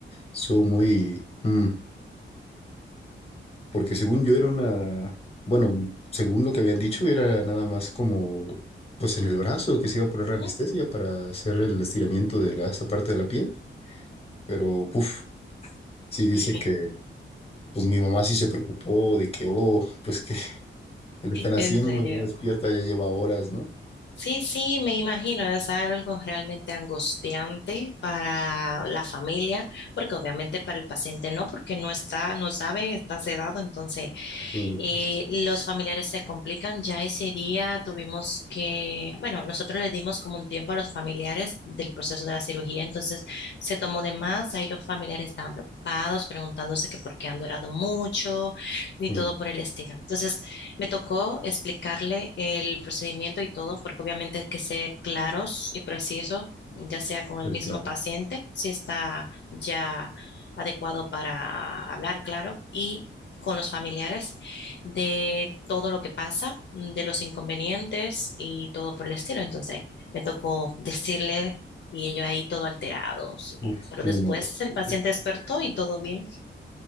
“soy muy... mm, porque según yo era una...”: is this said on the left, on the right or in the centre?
Left